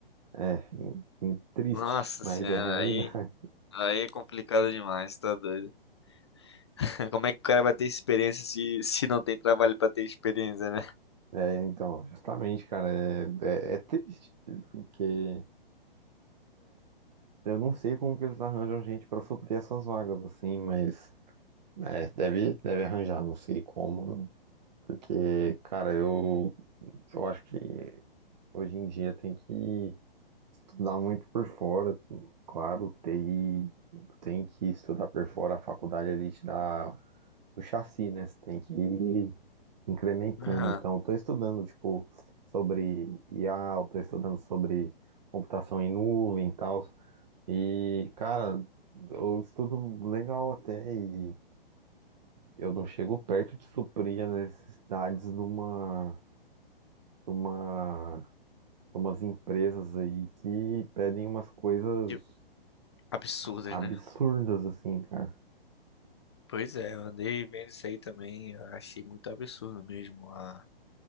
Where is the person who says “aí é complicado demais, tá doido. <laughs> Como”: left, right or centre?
Left